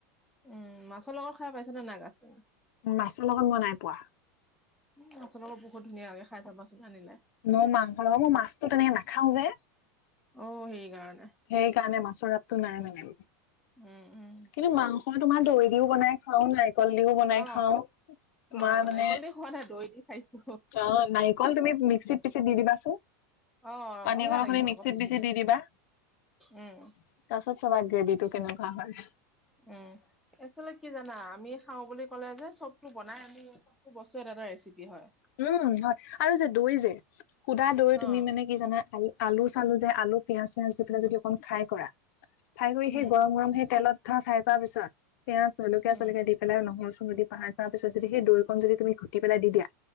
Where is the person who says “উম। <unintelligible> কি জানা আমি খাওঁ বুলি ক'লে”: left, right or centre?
Centre